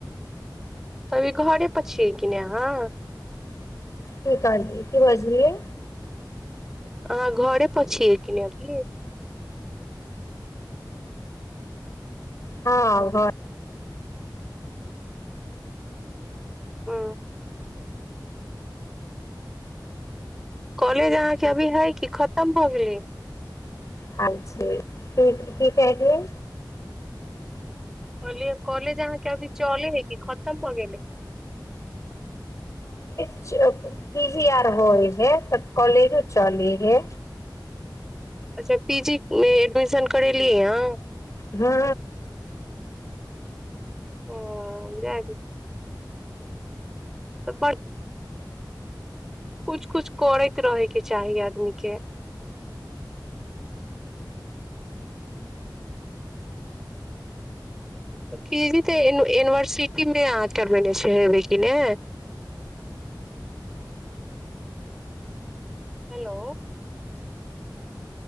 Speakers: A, in the centre; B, on the left.
A: तभी घरे पर छि कि ने अहाँ।
B: की कहालिये की बाजलिये
A: अहा घरे पर छिए की न अभि
B: हँ घर
A: ओ कलेज अहा अभी है कि खतम भऽ गेलै?
B: ह जी कि की कहलिये
A: कले कोलेज अहाँके अभी चले है कि खतम हो गेल
B: च पी जी आरऽ होइ है त कॉलेजो चले हे
A: अच्छा पी जी में एडमिशन केलिए हऽ
B: हूँ
A: ओ लै तऽ बड़ कुछ-कुछ करैत रहयके चाही आदमीके पी जी तऽ यूनिवर्सिटीमे अहाँ करबेने छै हेबै किने हेलो